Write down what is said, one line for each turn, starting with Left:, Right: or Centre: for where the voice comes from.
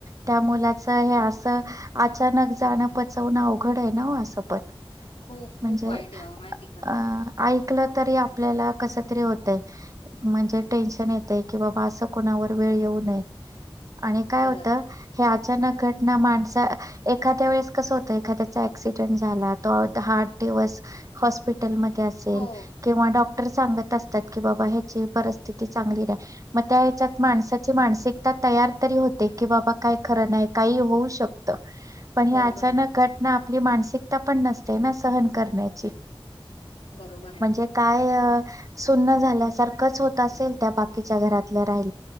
Right: त्या मुलाच हे असं अचानक जाणं पचवणं अवघड आहे ना असं पण.
Left: खूप
Right: म्हणजे
Left: खूप वाईट आहे आहो माहितीय का?
Right: अ ऐकलं तरी आपल्याला कस तरी होतय. म्हणजे टेन्शन येतय कि बाबा असं कोणावर वेळ येऊ नये. आणि काय
Left: खरंच
Right: होत हे अचानक घटना माणसा एखाद्या वेळेस कस होतं एखाद्याचा ऍक्सिडेंट झाला तो आठ दिवस हॉस्पिटलमध्ये असेल
Left: हो
Right: किंवा डॉ -- क्टर सांगत असतात की बाबा हे परिस्थिती चांगली रा म त्याहेच्यात माणस मानिकता तयार तरी होते की बाबा काय खरं नाही काही होऊ शकत पण हे
Left: बरोबर
Right: अचानक
Left: आहे
Right: घटना आपली मानसिकता पण नसते ना सहन करण्याची.
Left: बरोबर आहे
Right: म्हणजे
Left: ना
Right: काय? सुन्न झाल्यासारखं खचं होत असेल त्या बाकीच्या घरातल्या राहि